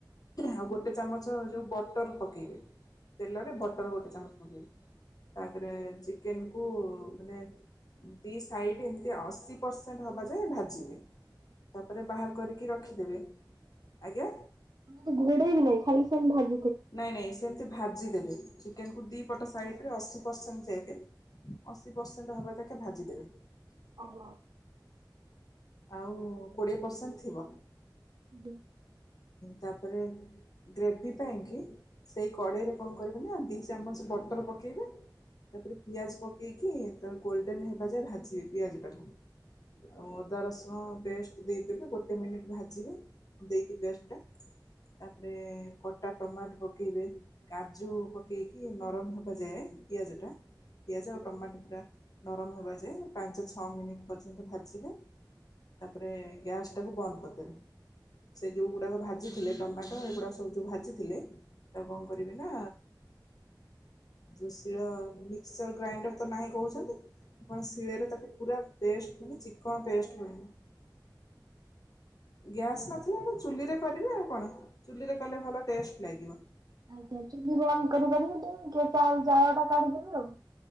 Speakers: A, on the left; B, on the right.
A: ଆଉ ଗୋଟେ ଚାମଚ ଯୋଉ ବଟର ପକେଇବେ। ତେଲରେ ବଟର ଗୋଟେ ଚାମଚ ମ ତାପରେ ଚିକେନ
B: <inaudible>
A: ମାନେ ଦି ସାଇଡ ଏମତି ଅଶୀ ପରସେଣ୍ଟ ହବା ଯାଏ ଭାଜିବେ। ତାପରେ ବାହାର କରିକି ରଖିଦେବେ ଆଜ୍ଞା।
B: ମତେ ଘୋଡେଇ ବି ନାଇଁ ଖାଲି ସେ ଭା
A: ନାଇଁ ନାଇଁ ସେମତି ଭାଜି ଦେବେ। ଚିକେନ କୁ ଦି ପଟ ସାଇଡ ରେ ଅଶୀ ପରସେଣ୍ଟ ଯାଇବେ ଅଶୀ ପରସେଣ୍ଟ ହବା ତାକେ ଭାଜି ଦେବେ।
B: ଓହ।
A: ଆଉ କୋଡ଼ିଏ ପରସେଣ୍ଟ ଥିବ।
B: <unintelligible>
A: ତାପରେ ଗ୍ରେଭି। ପାଇଁକି ସେଇ କଡ଼େଇରେ କଣ କରିବ ନା ଦି ଚାମଚ ବଟର ପକେଇବେ। ତାପରେ ପିଆଜ ପକେଇକି ତା ଗୋଲଡେନ ହେବା ଯାଏ ଭାଜିବେ ପିଆଜ ଟାକୁ। ଆଉ ଅଦା ରସୁଣ ପେଷ୍ଟ ଦେଇଦେବେ ଗୋଟେ ମିନିଟ ଭାଜିବେ ଦେଇକି ପେଷ୍ଟଟା। ତାପରେ କଟା ଟମାଟ ପକେଇବେ କାଜୁ ପକେଇକି ନରମ ହେବା ଯାଏ ପିଆଜ ଟା। ପିଆଜ ଆଉ ଟମାଟୋ ପୁରା ନରମ ହବା ଯାଏ ପାଞ୍ଚ ଛଅ ମିନିଟ ପର୍ଯ୍ୟନ୍ତ ଭାଜିବେ। ତାପରେ ଗ୍ୟାସ ଟାକୁ ବନ୍ଦ କରିଦେବେ। ସେ ଯୋଉ ଗୁଡାକ ଭାଜି ଥିଲେ ଟମାଟୋ ଏଗୁଡା ସବୁ ଯୋଉ ଭାଜିଥିଲେ ତାକୁ କଣ କରିବି ନା ଯୋଶିଳ ମିକ୍ସଚର ଗ୍ରାଇଣ୍ଡର ତ ନାହିଁ କହୁଛନ୍ତି। ଆଣ ଶିଳରେ ତାକୁ ପୁରା ପେଷ୍ଟ ମାନେ ଚିକଣ ପେଷ୍ଟ କ ଗ୍ୟାସ୍ ନଥିଲା ଚୁଲିରେ କରିବେ ଆଉ। କ'ଣ ଚୁଲିରେ କଲେ ଭଲ ଟେଷ୍ଟ ଲାଗିବ
B: ଆଜ୍ଞା ଚୁଲି ବନ୍ଦ କରିପାରିବି ଯ କେ ଚା ଜାଳ ଟା କାଢିଦବି ଆଉ।